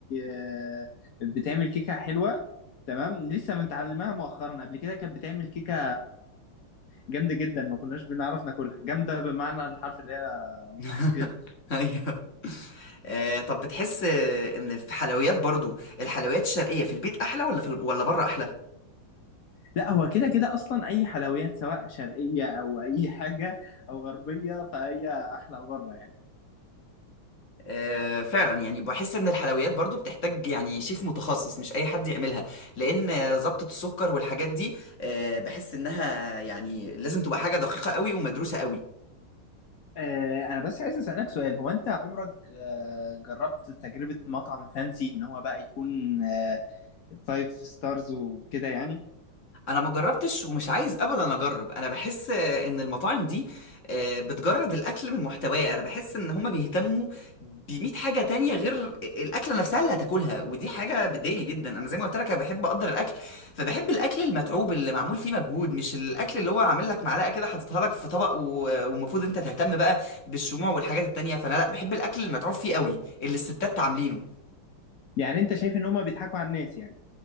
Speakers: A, on the left; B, on the left.
A: آه، بتعمل كيكة حلوة تمام لسه متعلمها مؤخرا قبل كده كانت بتعمل كيكة جامدة جدا ما كناش بنعرف ناكلها جامدة بمعنى الحرف اللي هي متحجرة
B: <laughs> ايوه آه، طب بتحس آه، ان في حلويات برضو الحلويات الشرقيه في البيت احلى ولا في ولا بره احلى
A: لا هو كده كده أصلا أي حلويات سواء شرقية أو أي حاجة أو غربية فهي أحلى بره يعني
B: آه، فعلا يعني بحس ان الحلويات برضو بتحتاج يعني شيف متخصص مش اي حد يعملها لان آه، ضبطة السكر والحاجات دي آه، بحس انها يعني لازم تبقى حاجة دقيقة قوي ومدروسة قوي
A: آه، انا بس عايز اسالك سؤال هو انت عمرك آه، جربت تجربه مطعم فانسي ان هو بقى يكون فايف ستارز وكده يعني
B: انا ما جربتش ومش عايز ابدا اجرب انا بحس آه، ان المطاعم دي آه، بتجرد الاكل من محتواه انا بحس ان هما بيهتموا بمية حاجه تانية غير الاكله نفسها اللي هتاكلها ودي حاجه بتضايقني جدا انا زي ما قلت لك انا بحب اقدر الاكل فبحب الاكل المتعوب اللي معمول فيه مجهود مش الاكل اللي هو عامل لك معلقه كده حاططها لك في طبق و- ومفروض انت تهتم بقى بالشموع والحاجات التانية فانا لا بحب الاكل المتعوب فيه قوي اللي الستات عاملينه
A: يعني انت شايف ان هما بيضحكوا على الناس يعني